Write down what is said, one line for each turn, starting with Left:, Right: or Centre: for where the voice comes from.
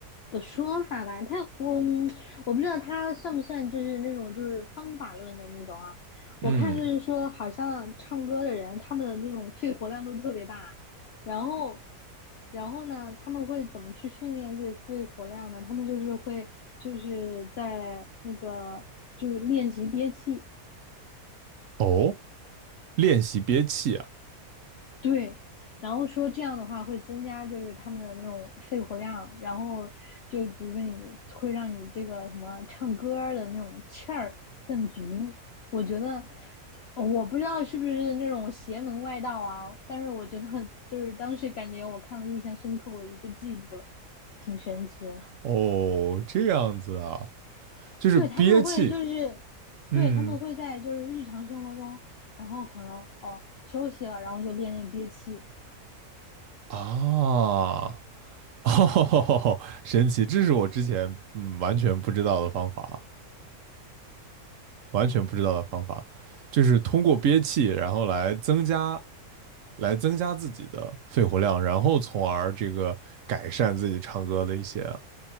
Left: 的说法吧，他我嗯我不知道他算不算就是那种就是方法论的那种啊。我看就是说，
Right: 嗯，
Left: 好像唱歌的人他们的那种肺活量都特别大，然后然后呢，他们会怎么去训练自己的肺活量呢？他们就是会就是在那个就是练习憋气。
Right: 哦，练习憋气啊，
Left: 对，然后说这样的话会增加就是他们的那种肺活量，然后就比如说你会让你这个什么唱歌儿的那种气儿更足。我觉得呃我不知道是不是那种邪门外道啊，但是我觉得就是当时感觉我看了印象深刻，我也就记住了，挺神奇的。
Right: 哦，这样子啊，就是憋气。
Left: 对，他们会就是，对，
Right: 嗯
Left: 他们会在就是日常生活中，然后可能哦休息了，然后就练练憋气，
Right: 啊，<laughs> 哦，神奇，这是我之前嗯完全不知道的方法，完全不知道的方法，就是通过憋气，然后来增加来增加自己的肺活量，然后从而这个改善自己唱歌的一些，